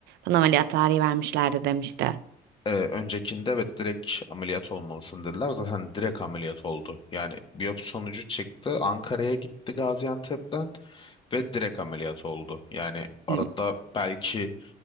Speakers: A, on the right (about 75°); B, on the left (about 30°).
A: bana ameliyat tarihi vermişlerdi demişti.
B: Eee, öncekinde evet direkt ameliyat olmalısın dediler. Zaten direkt ameliyat oldu. Yani biyopsi sonucu çıktı. Ankara'ya gitti Gaziantep'ten ve direkt ameliyat oldu. Yani arada
A: Hı.
B: belki